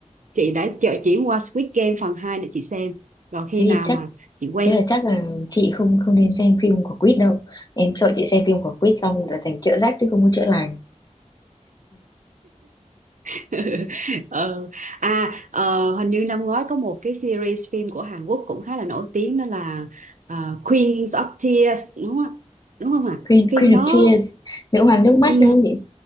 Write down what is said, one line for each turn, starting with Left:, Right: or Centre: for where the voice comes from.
Right: chị đã chợ chuyển qua Squid Game phần 2 để chị xem rồi khi
Left: thế
Right: nào
Left: thì chắc
Right: mà chị quen
Left: thế là chắc là chị không không nên xem phim của Quýt đâu em sợ chị xem phim của Quýt xong là thành chữa rách chứ không có chữa lành
Right: <laughs> ờ. à ờ, hình như năm ngoái có một cái series phim của Hàn Quốc cũng khá là nổi tiếng đó là ờ, Queens of Tears đúng không ạ? đúng không ạ
Left: Queen
Right: phim
Left: Queen
Right: đó
Left: of Tears nữ hoàng nước mắt
Right: Ừ.
Left: đúng không chị